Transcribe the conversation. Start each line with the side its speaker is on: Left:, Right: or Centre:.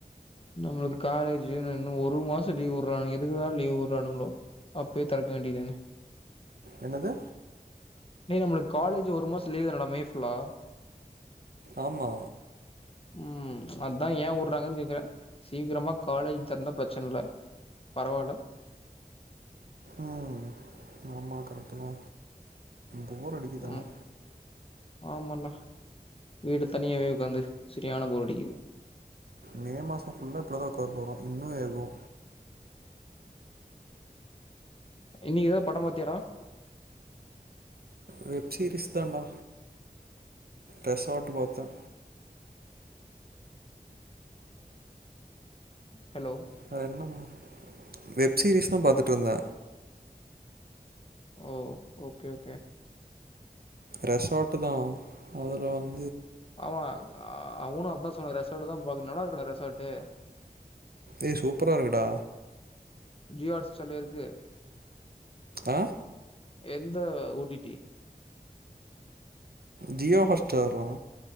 Left: நம்ளுக்கு காலேஜு இன்னு ஒரு மாச லீவ் உட்றாங் எதுக்குதா லீவ் உட்றானுங்ளோ அப்யே தெறக்க வேண்டிதான
Right: என்னது
Left: டே நம்ளுக் காலேஜு ஒரு மாசு லீவ்தானடா மே ஃபுல்லா
Right: ஆமா
Left: ம் அத்தா ஏ உட்றாங்கன் கேக்குற சீக்கிரமா காலேஜ் தற்ந்தா ப்ரெச்சன் இல்ல பரவால
Right: ம் ஆமா கரெட்டுதா போர் அடிக்குது
Left: ம்
Right: ஆனா
Left: ஆமாண்டா வீட்ல தனியாவே உக்காந்து செரியான போர் அடிக்கிது
Right: மே மாசோ ஃபுல்ல இப்டுதா உக்கார போறோ இன்னு ஏருவோ
Left: இன்னைக்கு எதா படோ பாத்தியாடா
Right: வெப் சீரீஸ் தாண்டா ரெசாட்டு பாத்த
Left: ஹலோ
Right: வேற என்னபண்ண வெப் சீரீஸ் தா பாத்துட் இருந்த
Left: ஓ ஓகே ஓகே
Right: ரெசார்ட்டு தா அதுல வந்
Left: ஆமா அ அவுனு அத்தா சொன்னா ரெஸ் டடுதா பாக்குன் நல்லா இருக்குடா ரெஸாட்டு
Right: ஏ சூப்பரா இருக்குடா
Left: ஜியோ ஆட்ஸ்சாட்லயா இருக்கு
Right: ஆஹ
Left: எந்த O T T
Right: Jio Hotstar.